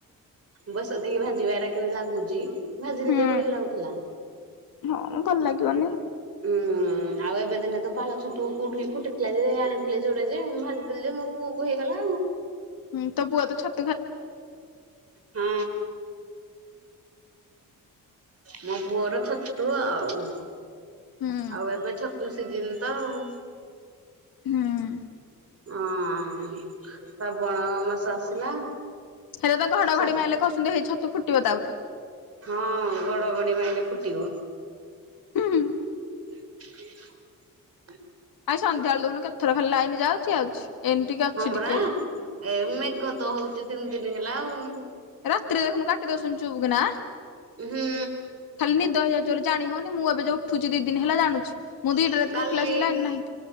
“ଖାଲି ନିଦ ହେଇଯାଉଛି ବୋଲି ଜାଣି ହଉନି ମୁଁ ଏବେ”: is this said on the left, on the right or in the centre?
Left